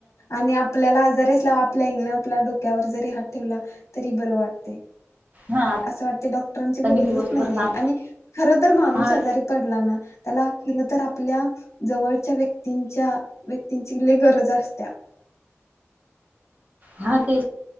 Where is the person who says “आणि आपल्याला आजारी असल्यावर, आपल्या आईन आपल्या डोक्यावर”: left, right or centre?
Left